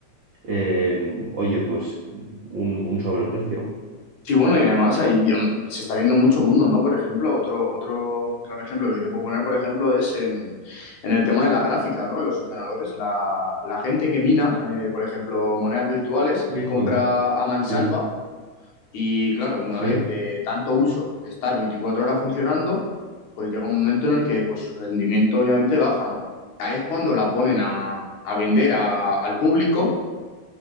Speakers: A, on the right (about 85°); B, on the left (about 70°).
A: eh, oye, pues un, un sobreprecio.
B: Sí, bueno, y además ahí mm, se está viendo mucho mundo, ¿no? Por ejemplo, otro, otro claro ejemplo que te puedo poner, por ejemplo, es en, en el tema de la gráfica, ¿no? De los ordenadores. La, la gente que mina, eh, por ejemplo, monedas virtuales,
A: Bitcoin,
B: compra a mansalva
A: sí,
B: y, claro, una
A: sí.
B: vez de tanto uso, de estar 24 horas funcionando, pues llega un momento en el que pues, su rendimiento obviamente baja, ¿no? Ahí es cuando la ponen a, a vender a- al público